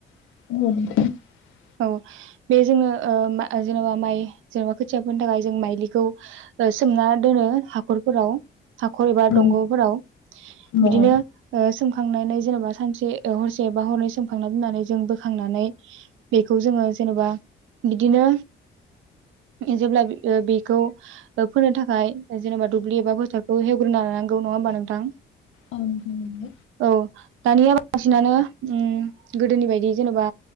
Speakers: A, on the left (about 80°); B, on the right (about 80°).
A: <unintelligible>
B: औ बे जोङो । ओ मा जेनेबा माइ जेनेबा खोथियाफोरनि थाखाय जों माइलिखौ सोमना दोनो हाखरफोराव। हाखर एबा
A: औ
B: दंग'फोराव
A: औ
B: बिदिनो
A: औ
B: ओ सोमखांनानै । जेनेबा सानसे हरसे एबा हरनै सोमखांना दोननानै जों बोखांनानै बेखौ जोङो जेनेबा बिदिनो <inaudible> जेब्ला ओ बेखौ ओ फोनो थाखाय जेनेबा दुब्लि एबा फोथारखौ हेवग्रोना लानांगौ नङा होमबा नोंथां?
A: औ नंगौ
B: <inaudible> औ दानिया बांसिनानो उम गोदोनि बायदि जेनेबा